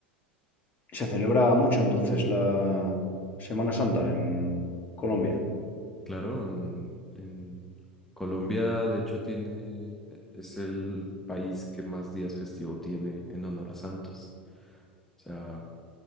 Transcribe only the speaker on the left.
se celebra mucho entonces la Semana Santa en Colombia.